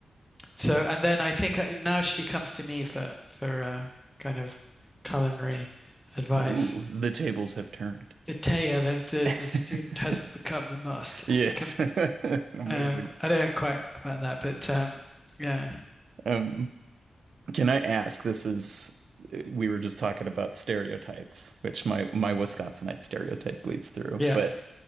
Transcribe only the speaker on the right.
Ooh, the tables have turned.
<laughs>
Yes.
<laughs> Amazing.
Um, Can I ask? This is we were just talking about stereotypes, which my my Wisconsinite stereotype bleeds through.
But